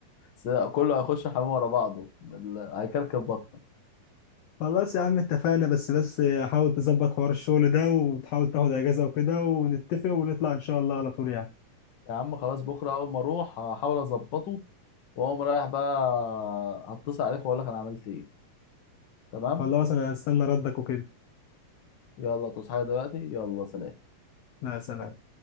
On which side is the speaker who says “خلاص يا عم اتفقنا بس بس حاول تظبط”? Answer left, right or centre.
Left